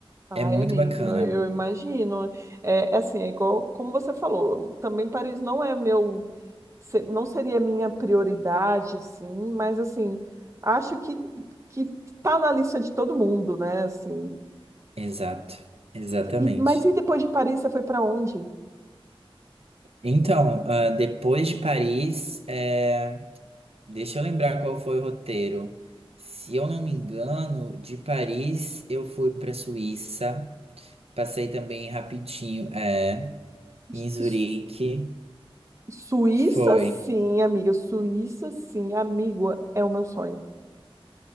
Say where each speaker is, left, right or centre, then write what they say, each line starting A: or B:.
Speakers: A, on the right; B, on the right.
A: Ai,
B: É muito
A: amigo,
B: bacana.
A: eu, eu imagino. É, é assim, é igual como você falou, também Paris não é meu, se- não seria minha prioridade, assim, mas assim, acho que que tá na lista de todo mundo, né, assim.
B: Exato. Exatamente.
A: E, mas e depois de Paris, você foi para onde?
B: Então, ah, depois de Paris, eh, deixa eu lembrar qual foi o roteiro. Se eu não me engano, de Paris eu fui para Suíça, passei também rapidinho, é,
A: <gasps>
B: em Zurique.
A: Suíça,
B: Foi.
A: sim, amiga. Suíça, sim, amigo, é o meu sonho.